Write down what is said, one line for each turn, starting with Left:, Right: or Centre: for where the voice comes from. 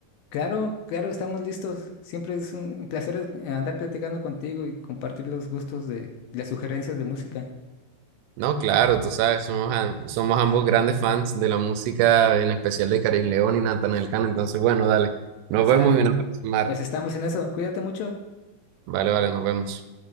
Left: Claro, claro, estamos listos. Siempre es un placer eh, andar platicando contigo y compartir los gustos de las sugerencias de música.
Right: No, claro, tú sabes, somos, a- somos ambos grandes fans de la música, en especial de Carin León y Natanael Cano, entonces bueno, dale, nos
Left: Sale.
Right: vemos en una próxima. Omar.
Left: Pues estamos en eso. Cuídate mucho.
Right: Vale, vale, nos vemos.